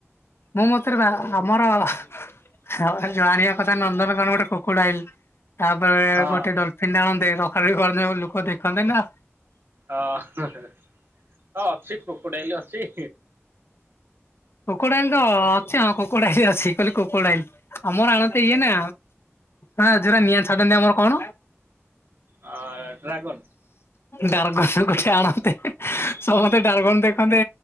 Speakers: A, on the left; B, on the right.
A: ମୋ ମତରେ ଆମର ହଁ ଜାଣିବା କଥା ନନ୍ଦନ ବି କଣ ଗୋଟେ କ୍ରୋକୋଡାଇଲ। ତାପରେ
B: ହଁ
A: ଗୋଟେ ଡଲଫିନ ଆଣନ୍ତେ ସକାଳ ବି କରନ୍ତି ଲୋକ ଦେଖନ୍ତେ ନା।
B: ଅହ ଅଛି କ୍ରୋକଡାଇଲି ଅଛି।
A: କ୍ରୋକଡାଇଲ ତ ଅଛି ହଁ କୋକଡାଇଲ୍ ଅଛି କହିଲେ କ୍ରୋକଡାଇଲ୍ ଆମର ଆଣନ୍ତି ଇଏ ନା। ହଁ ଯୋଉରା ନିଆ ଛଡ ଆମର କଣ?
B: ଆ ଡ୍ରାଗନ
A: ଡାରଗନ ଗୋଟେ ଆଣନ୍ତେ ସମସ୍ତେ ଡାରଗନ ଦେଖନ୍ତେ